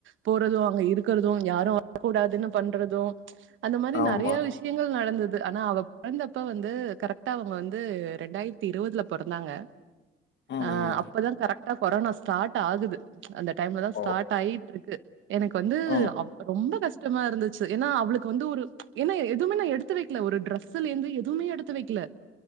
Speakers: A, on the right; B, on the left.
A: போறது அங்க இருக்குறது யாரு வரக்கூடாதுன்னு பண்றது அந்த மாரி
B: ஆமா
A: நெறையா விஷ் விஷ்யங்கள் நடந்தது ஆனா அவ பொறந்தப்ப வந்து கரெக்டா அவுங்க வந்து ரெண்டாயிரத்தி இருவதுல பொறந்தாங்க
B: ம்
A: அ
B: ம்
A: அப்பதா கரெக்டா கொரோனா ஸ்டாட் ஆகுது அந்த டைம்ல தா
B: ஓ
A: ஸ்டாட் ஆகிட்ருக்கு எனக்கு வந்து
B: ம்
A: அவ் ரொம்ப கஷ்டமா இருந்துச்சு ஏனா அவளுக்கு வந்து ஒரு ஏனா எதுமே நா எடுத்து வைக்கல ஒரு ட்ரெஸ் ஸ்ல இருந்து எதுமே எடுத்து வைக்கல